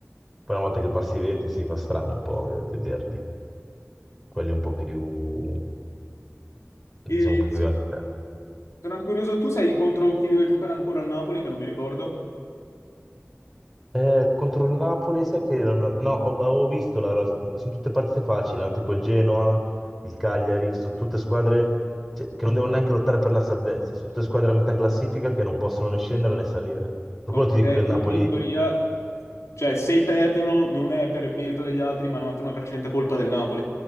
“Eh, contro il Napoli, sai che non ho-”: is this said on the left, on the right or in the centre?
Centre